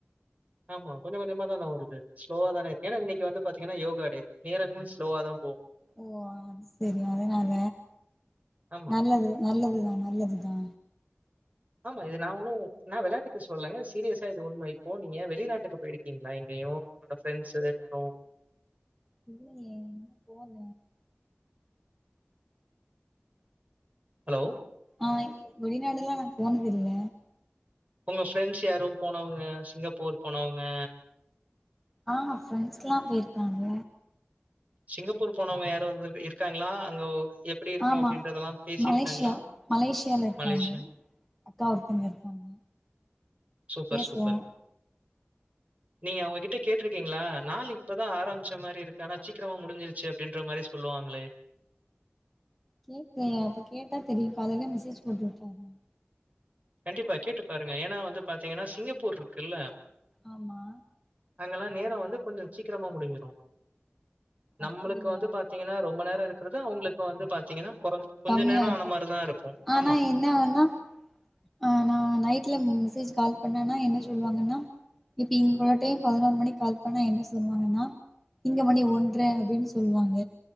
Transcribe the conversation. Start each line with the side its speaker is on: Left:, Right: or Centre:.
Right: ஆமா கொஞ்ச கொஞ்சமா தா நவுருது ஸ்லோவா தான ஏனா இன்னைக்கு வந்து பாத்தீங்கன்னா யோகா டே நேரங்களு ஸ்லோவா தா
Centre: ஓ ஆ சரி அதனால
Right: ஆமா.
Centre: நல்லது நல்லது தா நல்லதுதா
Right: ஆமா இது நா ஒண்ணு நா விளையாட்டுக்கு சொல்லங்க சீரியஸா இது உண்மை இப்போ நீங்க வெளிநாட்டுக்கு போயிருக்கீங்களா எங்கயு உங்களோட ஃப்ரெண்ட்ஸு யாரு
Centre: இல்லய இன்னு போல
Right: ஹலோ
Centre: ஆ வெளிநாடுல்லா நா போனதுல்ல
Right: உங்க ஃப்ரெண்ட்ஸ் யாரு போனவங்க சிங்கப்பூர் போனவங்க
Centre: ஆ ஃப்ரெண்ட்ஸ்க்லா போயிருக்காங்க.
Right: சிங்கப்பூர் போனவங்க யாரும் வந்து இருக்காங்ளா அங்க எப்படி இருக்கும்
Centre: ஆமா
Right: அப்படின்றதெல்லாம் பேசியிருக்காங்களா?
Centre: மலேசியா மலேசியால இருக்காங்க
Right: மலேஷியா.
Centre: அக்கா ஒருத்தங்க இருக்காங்க.
Right: சூப்பர்
Centre: பேசுவோ
Right: சூப்பர். நீ அவங்ககிட்ட கேட்டுருக்கீங்களா? நாலு இப்பதா ஆரம்பிச்ச மாரி இருக்கு ஆனா சீக்கிரமா முடிஞ்சிருச்சு. அப்டின்ற மாரி சொல்லுவாங்களே.
Centre: கேக்கலயே. அப்ப கேட்டா தெரியு. காலையில மெசேஜ் போட்டுவுட்டாதா.
Right: கண்டிப்பா, கேட்டு பாருங்க ஏனா வந்து பாத்தீங்கன்னா சிங்கப்பூர் இருக்குல
Centre: ஆமா
Right: அங்கெல்லா நேரம் வந்து கொஞ்ச சீக்கிரமா முடிஞ்சிடு நம்மளுக்கு
Centre: அப்படியா
Right: வந்து பாத்தீங்கனா ரொம்ப நேர இருக் குறது அவுங்களுக்கு வந்து பாத்தீங்கனா கொறஞ் கொஞ்ச
Centre: கம்மியா
Right: நேர
Centre: இருக்கு
Right: ஆனா மாரிதா இருக்கு.
Centre: ஆனா
Right: ஆமா.
Centre: என்ன ஆகுன்னா ஆ நா நைட்ல மெசேஜ் கால் பண்ணேன்னா என்ன சொல்லுவாங்கன்னா, இப்ப இங்க ஒரு டைம் பதினொரு மணிக்கு கால் பண்ணா என்ன சொல்லுவாங்கன்னா, இங்க மணி ஒன்ட்ர அப்டின்னு சொல்லுவாங்க.